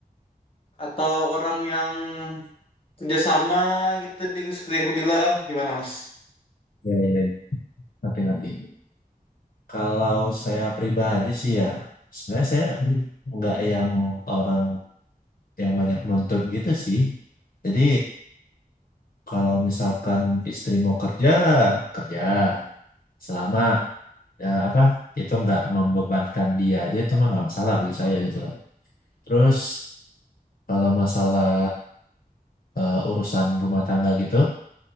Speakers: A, on the left; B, on the left.
A: atau orang yang kerjasama gitu di- seperti yang gue bilang gimana mas?
B: Ya, ya, ya. Nanti, nanti. Kalau saya pribadi sih ya, sebenarnya saya nggak yang orang yang banyak nuntut gitu sih. Jadi kalau misalkan istri mau kerja, kerja. Selama ya apa itu nggak membebankan dia aja itu mah nggak masalah bagi saya gitu loh terus kalau masalah eh, urusan rumah tangga gitu